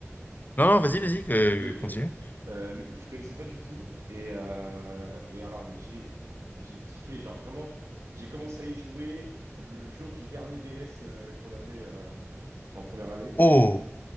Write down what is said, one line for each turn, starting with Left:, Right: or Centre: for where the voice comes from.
Left: non, non, vas-y, vas-y, que-
Right: Oui, ok.
Left: continue.
Right: Euh, le- je connaissais pas du tout. Et, euh, et alors, mais j'ai j'ai kiffé. Genre, vraiment, j'ai commencé à y jouer le jour du dernier DS euh, qu'on avait euh, en première année.
Left: Oh,